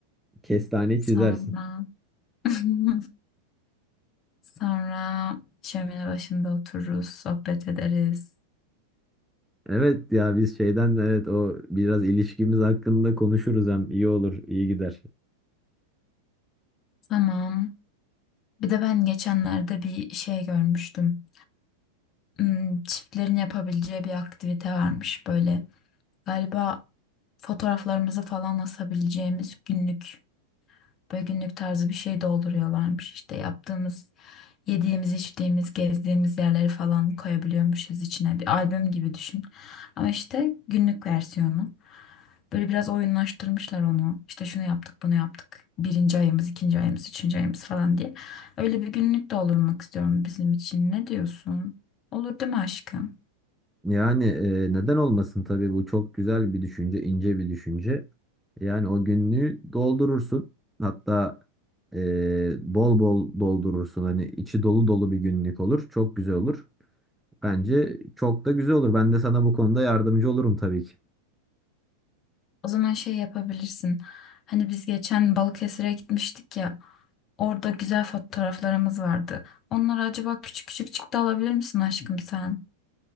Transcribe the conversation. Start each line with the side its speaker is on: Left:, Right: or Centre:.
Centre: Kestane
Left: Sonra
Centre: çizersin.
Left: <laughs> sonra şömine başında otururuz, sohbet ederiz.
Centre: Evet ya biz şeyden evet o biraz ilişkimiz hakkında konuşuruz hem iyi olur iyi gider.
Left: Tamam. Bir de ben geçenlerde bir şey görmüştüm. Hmm, Çiftlerin yapabileceği bir aktivite varmış böyle. Galiba fotoğraflarımızı falan asabileceğimiz günlük Böyle günlük tarzı bir şey dolduruyorlarmış. İşte yaptığımız, yediğimiz, içtiğimiz, gezdiğimiz yerleri falan koyabiliyormuşuz içine. Bir albüm gibi düşün. Ama işte günlük versiyonu. Böyle biraz oyunlaştırmışlar onu. İşte şunu yaptık, bunu yaptık. Birinci ayımız, ikinci ayımız, üçüncü ayımız falan diye. Öyle bir günlük doldurmak istiyorum bizim için. Ne diyorsun? Olur değil mi aşkım?
Centre: Yani e, neden olmasın tabii bu çok güzel bir düşünce ince bir düşünce. Yani o günlüğü doldurursun hatta e, bol bol doldurursun hani içi dolu dolu bir günlük olur çok güzel olur. Bence çok da güzel olur. Ben de sana bu konuda yardımcı olurum tabii ki.
Left: O zaman şey yapabilirsin. Hani biz geçen Balıkesir'e gitmiştik ya. Orada güzel fotoğraflarımız vardı. Onları acaba küçük küçük çıktı alabilir misin aşkım sen?